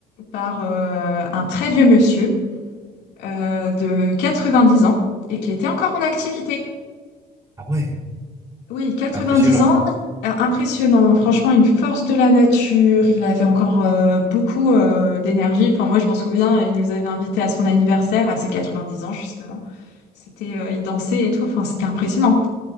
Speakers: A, on the left; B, on the right.
A: par euh, un très vieux monsieur euh, de 90 ans et qui était encore en activité.
B: Ah ouais,
A: Oui, 90
B: impressionnant.
A: ans, euh, impressionnant. Franchement, une force de la nature. Il avait encore euh, beaucoup euh, d'énergie. Enfin, moi, je m'en souviens, il nous avait invités à son anniversaire, à ses 90 ans, justement. C'était, euh, il dansait et tout. Enfin, c'était impressionnant.